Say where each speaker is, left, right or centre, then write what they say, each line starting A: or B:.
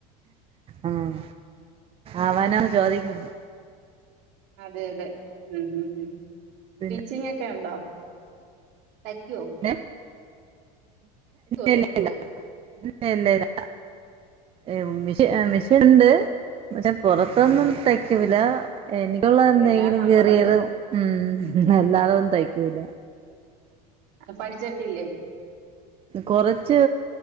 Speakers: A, on the right; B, on the right.
A: ആഹ് അവനാണ്
B: ഉം
A: ചോദിക്ക്ന്ന്
B: അതെ അതെ ഉം ഉം ഉം
A: പിന്നെ
B: ട്ടീച്ചിങ്ങൊക്കെ ഉണ്ടൊ തയ്ക്യൊ
A: ല ഇല്ല
B: തയ്ക്കുവോ
A: ഇല്ല ഇല്ല ഇല്ല ഏഹ് മിഷൻ മിഷന്ണ്ട് പക്ഷെ പൊറത്തൊന്നും തയ് തയ്ക്കൂല
B: ആഹ്
A: എനിക്കുള്ള എന്തെങ്കിലും
B: ഇല്ല നമ്മടത്
A: ചെറിയത് ഉം അല്ലാതൊന്നും തയ്ക്കൂല
B: പഠ്ജട്ടില്ലെ
A: കൊറച്ച്